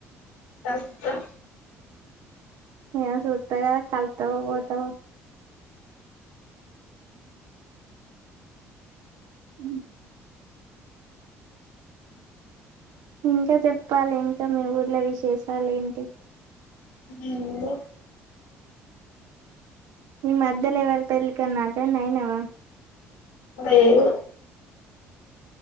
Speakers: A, on the left (about 75°); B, on the right (about 60°).
A: వస్తా
B: ఏమో చూత్తా కదా కలుత్తావో పోతావో ఉ ఇంకా చెప్పాలి ఇంకా మీ ఊర్ ల విశేషాలేంటి
A: నేను
B: ఈ మధ్యలో ఎవరి పెళ్ళికైన్నా అటెండ్ అయినావా
A: లేవు